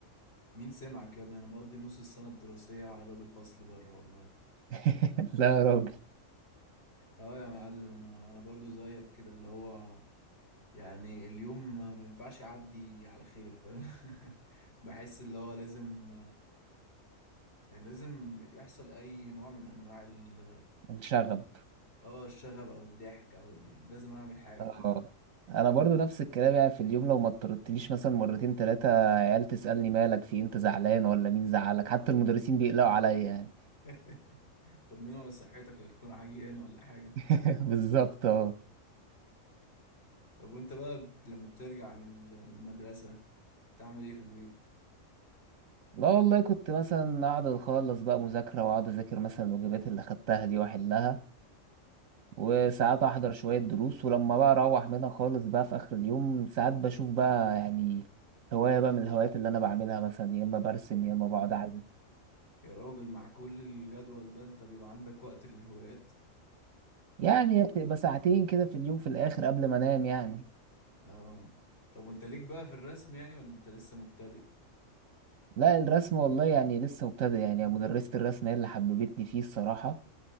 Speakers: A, on the left; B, on the right.
A: مين سمعك يا ابني انا مقضي نص السنه الدراسيه على باب الفصل بره والله
B: <laughs> لا يا راجل
A: اه يا معلم انا انا برضو زيك كده اللي هو يعني اليوم ما ينفعش يعدي على خير فاهم <laughs> بحس اللي هو لازم يعني لازم يحصل اي نوع من انواع ال-
B: الشغب
A: اه الشغب او الضحك او يعني لازم اعمل حاجه
B: اه
A: كده
B: انا برضو نفس الكلام يعني في اليوم لو ما اضطرتليش مثلا مرتين ثلاثه عيال تسالني مالك في إيه؟ انت زعلان ولا مين زعلك حتى المدرسين بيقلقوا عليا يعني
A: <laughs> طمنوا على صحتك لا تكون عيان ولا حاجة
B: <laughs> بالظبط اه
A: طب وانت بقى بت- لما بترجع من ال- من المدرسة تعمل ايه في البيت
B: لا والله كنت مثلا اقعد اخلص بقى مذاكره واقعد اذاكر مثلا الواجبات اللي خدتها دي واحلها وساعات احضر شويه دروس ولما بقى اروح منها خالص بقى في اخر اليوم ساعات بشوف بقى يعني هوايه بقى من الهوايات اللي انا بعملها مثلا يا اما برسم يا اما بقعد اعزف
A: يا راجل مع كل الجدول ده انت بيبقى عندك وقت للهوايات
B: يعني هي بتبقى ساعتين كده في اليوم في الاخر قبل ما انام يعني
A: اه طب وانت ليك بقى في الرسم يعني ولا انت لسه مبتدئ
B: لا الرسم والله يعني لسه مبتدئ يعني مدرسة الرسم هي اللي حببتني فيه الصراحة